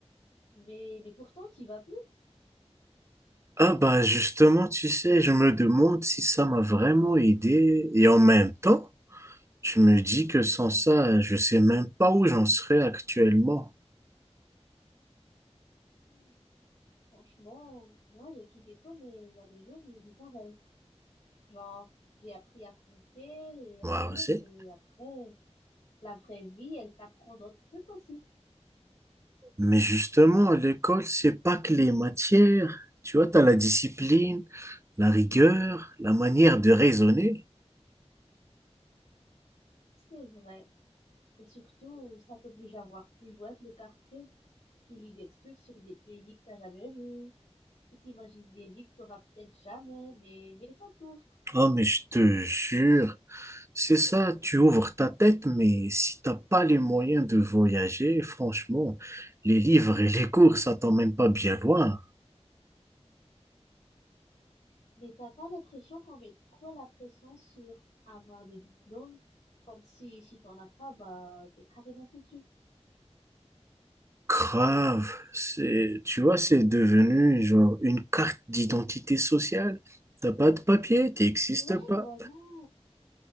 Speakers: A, on the left; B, on the right.
A: Mais, mais pourtant, tu vas plus.
B: Ah bah justement, tu sais, je me demande si ça m'a vraiment aidé. Et en même temps, je me dis que sans ça, je sais même pas où j'en serais actuellement.
A: Hmm. Franchement, moi j'ai quitté tôt, mais il y a des jours, je me dis pareil. Genre, j'ai appris à compter et à
B: Moi
A: lire,
B: aussi.
A: mais après, la vraie vie, elle t'apprend d'autres trucs aussi.
B: Mais justement, l'école, c'est pas que les matières. Tu vois, t'as la discipline, la rigueur, la manière de raisonner.
A: C'est vrai. Et surtout, ça t'oblige à voir plus loin que le quartier. Tu lis des trucs sur des pays que t'as jamais vus. Tu t'imagines des vies que t'auras peut-être jamais, mais, mais ça t'ouvre.
B: Oh mais je te jure. C'est ça, tu ouvres ta tête, mais si t'as pas les moyens de voyager, franchement, les livres et les cours, ça t'emmène pas bien loin.
A: Mais t'as pas l'impression qu'on met trop la pression sur avoir des diplômes, comme si si t'en as pas, bah t'es carrément foutu.
B: Grave, c'est, tu vois, c'est devenu genre une carte d'identité sociale. T'as pas de papier, t'existes
A: Ouais,
B: pas.
A: voilà.